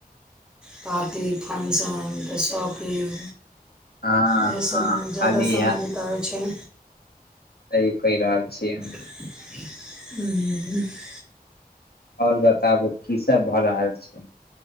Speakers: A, in the centre; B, on the left (about 80°).
A: पार्टी फंक्शन तऽ शॉपिंग
B: हँ
A: इहो सब
B: हँ
A: में जादा
B: खाली
A: समय बिताबै छै
B: तैय कह रहल छियै
A: <unintelligible>
B: और बताबु की सब भऽ रहल छै